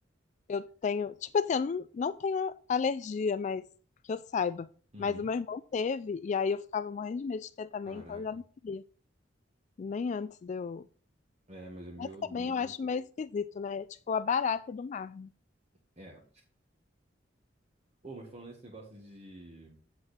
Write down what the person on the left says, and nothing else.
eu tenho, tipo assim, eu não, não tenho alergia, mas que eu saiba.
Mas o meu irmão teve e aí eu ficava morrendo de medo de ter também,
então eu já não queria. Nem antes de eu.
Mas também
eu acho meio esquisito, né? Tipo a barata do mar.